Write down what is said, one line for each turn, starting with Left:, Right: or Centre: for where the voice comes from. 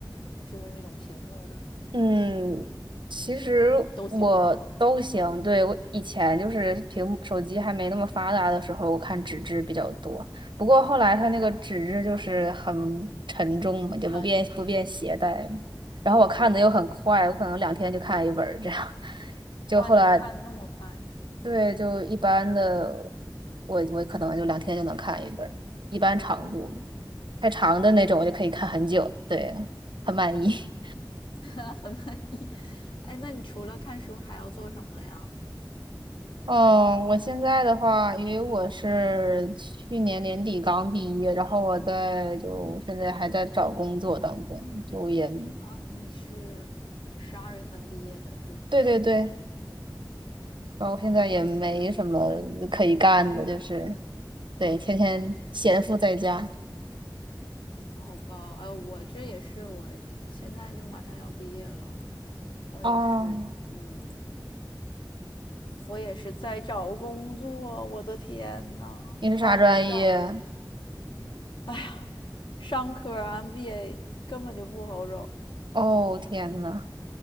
Left: 就是那种屏幕的
Right: 嗯，其实我都行。
Left: 都行是吗？
Right: 对，我以前就是屏幕手机还没那么发达的时候，我看纸质比较多。不过后来它那个纸质就是很沉重嘛，
Left: 嗯，
Right: 就不便不便携带。
Left: 穿
Right: 然后我看的又很快，
Left: 对，
Right: 我可能两天就看一本儿这样。<laughs> 就后来
Left: 哇，你看那么快，
Right: 对，就一般的，我我可能就两天就能看一本儿一般长度的
Left: 哦，
Right: 太长的那种我就可以看很久。
Left: 嗯，
Right: 对，很满意。
Left: <laughs> 很满意。哎，那你除了看书还要做什么呀？
Right: 哦，我现在的话，因为我是去年年底刚毕业，然后我在就现在还在找工作当中，就也，
Left: 啊，你是十二月份毕业的，是不是啊？
Right: 对对对，
Left: 嗯，
Right: 然后现在也没什么可以干的，
Left: 然后你现在，
Right: 就是对，
Left: 嗯，
Right: 天天闲赋在家。
Left: 好吧，呃，我这也是，我现在就马上要毕业了，我也是，
Right: 哦，
Left: 嗯，我也是在找工作，我的天呐，
Right: 你是啥专业？
Left: 好难找，哎呀，商科 MBA 根本就不好找，
Right: 哦，天呐，